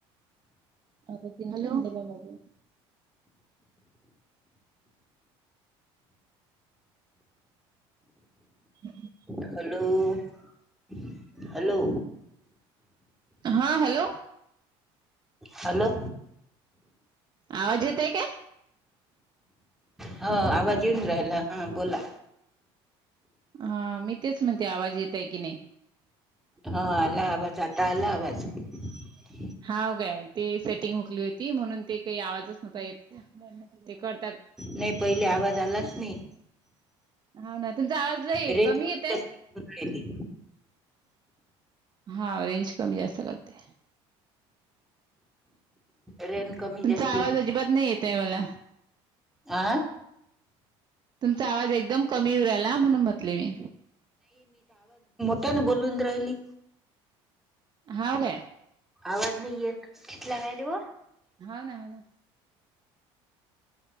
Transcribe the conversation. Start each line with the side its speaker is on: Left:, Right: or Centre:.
Right: हॅलो. ह <inaudible> हम् <inaudible>
Centre: हॅलो.. <inaudible> हॅलो...
Right: हा हॅलो!
Centre: हॅलो!
Right: आवाज येतय काय?
Centre: ह आवाज येऊन राहिला हा बोला
Right: हा मी तेच म्हणते आवाज येतय की नाही
Centre: हा आला आवाज आता आला आवाज आहे. <inaudible>
Right: हा काय ते सेटिंग हुकली होती म्हणून ते काही आवाजच नव्हता येत ते कर
Centre: नाही पहिले आवाज आलाच नाही
Right: हा ना तुमचा आवाज नाही
Centre: रेंज
Right: कमी येतय
Centre: जास्त होऊन राहिली
Right: हा रेंज कमी जास्त लागते.
Centre: रेंज कमी
Right: तुमचा
Centre: जास्ती
Right: आवाज अजिबात नाही येत आहे मला
Centre: आं
Right: तुमचा आवाज एकदम कमी येवू राहीला, म्हणून म्हटले मी
Centre: मोठ्यान बोलून राहिली.
Right: हाव काय?
Centre: आवाज नाही येत किथला राहिलेवो
Right: हा ना ह ना